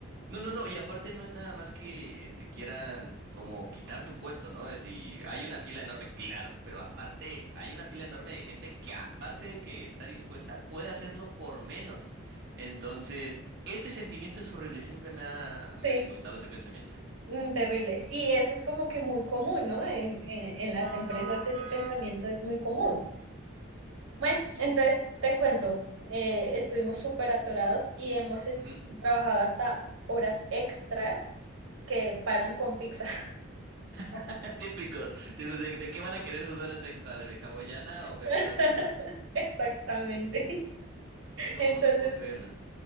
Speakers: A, on the right; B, on the right.
A: No, no, no, y aparte no es nada más que eh, te quieran como quitar tu puesto, ¿no? Es y hay una fila enorme, claro, pero aparte hay una fila enorme de gente que aparte de que está dispuesta, puede hacerlo por menos. Entonces, ese sentimiento es horrible, siempre me ha, me
B: <laughs> sí,
A: ha disgustado ese pensamiento.
B: mm, terrible. Y eso es como que muy común, ¿no? En, en, en las empresas ese pensamiento es muy común. Bueno,
A: Y-
B: entonces te cuento, eh, estuvimos súper atorados y hemos es-
A: ujú.
B: trabajado hasta horas extras que pagan con pizza.
A: <laughs> Típico, tipo, ¿de, de qué van a querer sus horas extra? ¿De hawaiana o pepperoni,
B: <laughs>
A: no?
B: Exactamente.
A: No,
B: Entonces,
A: no puedo creerlo.